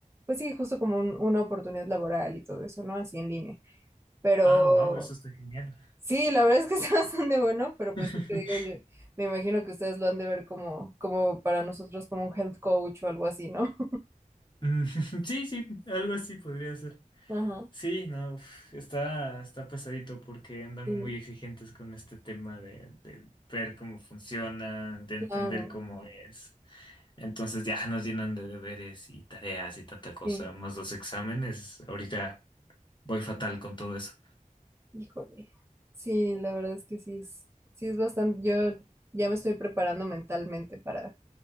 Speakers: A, on the right; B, on the left.
A: pues sí, justo como un- una oportunidad laboral y todo eso, ¿no? Así en línea. Pero
B: Ah, wow, eso está genial.
A: Sí, la verdad es que está <laughs> bastante bueno, pero pues
B: <laughs>
A: sí te digo yo, me imagino que ustedes lo han de ver como, como para nosotros como un health coach o algo así, ¿no?
B: Mm, <laughs> Sí, sí, algo así podría ser.
A: <laughs> Ajá,
B: Sí, no, uf, está, está pesadito porque andan
A: sí,
B: muy exigentes con este tema de, de ver cómo funciona, de entender
A: claro,
B: cómo es. Entonces ya nos llenan de deberes y tareas y tanta cosa,
A: sí,
B: más los exámenes. Ahorita voy fatal con todo eso.
A: híjole. Sí, la verdad es que sí es, sí es bastante, yo ya me estoy preparando mentalmente para